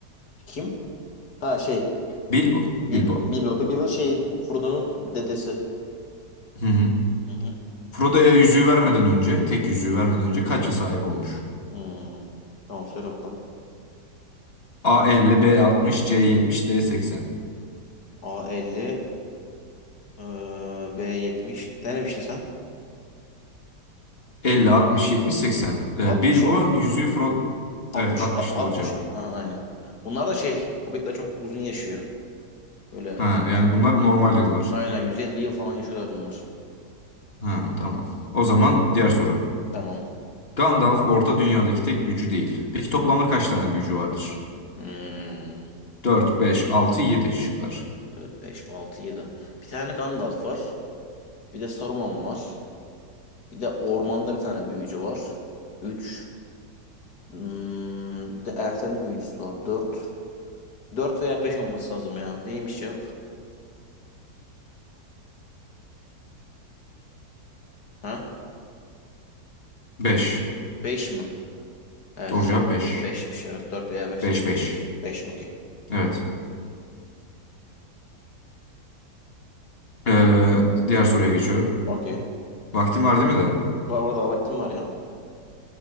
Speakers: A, on the left; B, on the left.
A: Kim? Ha şey.
B: Bilbo
A: Biblo.
B: Bilbo.
A: Biblo. Biblo şey Frodo'nun dedesi.
B: Hı hı.
A: Hı hı.
B: Frodo'ya yüzüğü vermeden önce, tek yüzüğü vermeden önce kaç yıl sahip olmuş?
A: Hmm. Tamam söyle bakalım.
B: A 50, B 60, C 70, D seksen.
A: A 50, eee, B 70. Ne demiştin sen?
B: Elli, altmış, 70, 80. E,
A: 60
B: Bilbo
A: o.
B: yüzüğü Frodo
A: 60
B: Evet 60
A: alt- 60.
B: doğru cevap.
A: Aha aynen. Bunlar da şey Hobbitler çok uzun yaşıyor. Böyle
B: Ha, yani bunlar normal yıllar.
A: aynen 150 yıl falan yaşıyorlar bunlar.
B: Ha, tamam. O zaman diğer soru.
A: Tamam.
B: Gandalf Orta Dünya'daki tek büyücü değil. Peki toplamda kaç tane büyücü vardır?
A: Hmm.
B: 4, 5, 6, 7 şıklar.
A: dört 5 6 yedi Bir tane Gandalf var. Bir de Saruman var. Bir de ormanda bir tane büyücü var. üç Hmm, bir de elflerin büyücüsü var. dört dört veya 5 olması lazım ya. Neymiş cevap? Ha?
B: Beş,
A: beş mi? Evet.
B: Doğru cevap 5,
A: beşmiş evet. dört veya beş
B: 5
A: demiştim.
B: 5.
A: beş 5 okey.
B: Evet. Ee,
A: Ya,
B: diğer soruya geçiyorum.
A: Okey.
B: Vaktim var değil mi de?
A: Var var daha vaktim var ya.